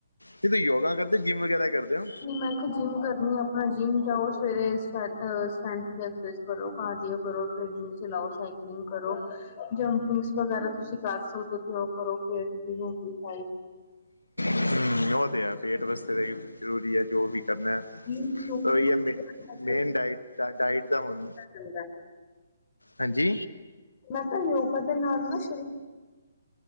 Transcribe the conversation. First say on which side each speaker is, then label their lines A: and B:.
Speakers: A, on the left (about 85°); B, on the left (about 30°).
A: ਕਿ ਤੁਸੀ ਯੋਗਾ ਕਰਦੇ ਜਿੰਮ ਵਗੈਰਾ ਕਰਦੇ ਹੋ?
B: ਮੈਂ ਕਿਹਾ ਜਿੰਮ ਕਰਨੀ ਆ, ਆਪਣਾ ਜਿੰਮ ਜਾਓ। ਸਵੇਰੇ, ਸ <unintelligible> ਕਰੋ ਕਾਰਡਿਔ ਕਰੋ, ਟ੍ਰੇਨਿੰਗ ਚਲਾਓ, ਸਾਈਕਲਿੰਗ ਕਰੋ, ਜੰਪਿੰਗਸ ਵਗੈਰਾ ਤੁਸੀਂ ਕਰ ਸਕਦੇ ਹੋ। ਉਹ ਕਰੋ ਪੇਟ ਦੀ ਐਕਸਰਸਾਈਜ਼
A: ਹਮ ਉਹ ਤਾਂ ਹੈ ਪੇਟ ਵਾਸਤੇ ਤਾਂ ਜ਼ਰੂਰੀ ਹੈ ਜੋ ਵੀ ਕਰਨਾ
B: ਦੀ ਯੋਗਾ
A: ਉਹੀ
B: ਨਾਲ
A: ਆ ਮੇ ਮੇਨ ਡਾਇਤ ਚਾਰਟ, ਆਹੀ ਤਾਂ ਹੁਣ
B: ਚੰਗਾ
A: ਹਾਂਜੀ।
B: ਮੈਂ ਤਾਂ ਯੋਗਾ ਦੇ ਨਾਲ ਨਾ ਸ਼ਰੀਰ